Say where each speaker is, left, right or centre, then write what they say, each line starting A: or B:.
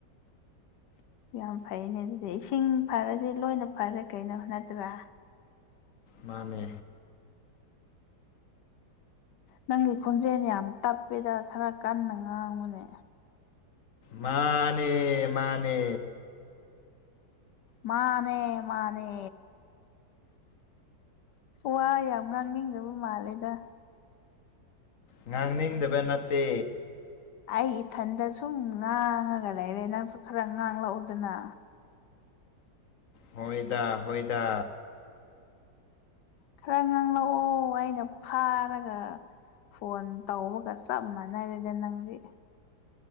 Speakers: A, on the left; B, on the left.
A: ꯌꯥꯝ ꯐꯩꯅꯦ ꯑꯗꯨꯗꯤ ꯏꯁꯤꯡ ꯐꯔꯗꯤ ꯂꯣꯏꯅ ꯐꯔꯦ ꯀꯩꯅꯣ ꯅꯠꯇ꯭ꯔꯥ
B: ꯃꯥꯅꯦ
A: ꯅꯪꯒꯤ ꯈꯣꯟꯖꯦꯜ ꯌꯥꯝ ꯇꯞꯄꯤꯗ ꯈꯔ ꯀꯟꯅ ꯉꯥꯡꯉꯨꯅꯦ
B: ꯃꯥꯅꯦ ꯃꯥꯅꯦ
A: ꯃꯥꯅꯦ ꯃꯥꯅꯦ ꯋꯥ ꯌꯥꯝ ꯉꯥꯡꯅꯤꯡꯗꯕ ꯃꯥꯜꯂꯦꯗ
B: ꯉꯥꯡꯅꯤꯡꯗꯕ ꯅꯠꯇꯦ
A: ꯑꯩ ꯏꯊꯟꯗ ꯁꯨꯝ ꯉꯥꯡꯉꯒ ꯂꯩꯔꯦ ꯅꯪꯁꯨ ꯈꯔ ꯉꯥꯡꯂꯛꯑꯣꯗꯅ
B: ꯍꯣꯏꯗ ꯍꯣꯏꯗ
A: ꯈꯔ ꯉꯥꯡ ꯂꯛꯑꯣ ꯑꯩꯅ ꯐꯥꯔꯒ ꯐꯣꯟ ꯇꯧꯕꯒ ꯆꯞ ꯃꯥꯟꯅꯔꯦꯗ ꯅꯪꯗꯤ